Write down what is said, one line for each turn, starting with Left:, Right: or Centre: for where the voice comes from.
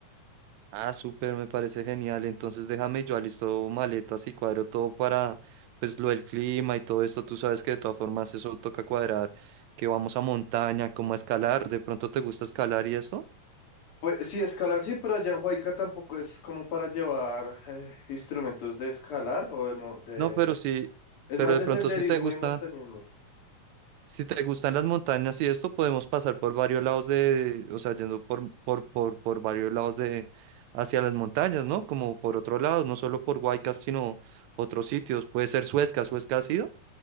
Right: Ah, súper, me parece genial. Entonces déjame, yo alisto maletas y cuadro todo para, pues, lo del clima y todo esto. Tú sabes que de todas formas eso toca cuadrar, que vamos a montaña, como a escalar. ¿De pronto te gusta escalar y esto?
Left: Pues sí, escalar sí, pero allá en Huayca tampoco es como para llevar eh, instrumentos de escalar o de, mo- de...
Right: No, pero sí,
Left: Es
Right: pero
Left: más
Right: de
Left: de
Right: pronto
Left: senderismo
Right: si te gustan,
Left: y montañismo.
Right: si te gustan las montañas y esto, podemos pasar por varios lados de, o sea, yendo por, por, por, por varios lados de, hacia las montañas, ¿no? Como por otro lado, no solo por Huaycas, sino otros sitios. Puede ser Suezca, ¿Suezca ha sido?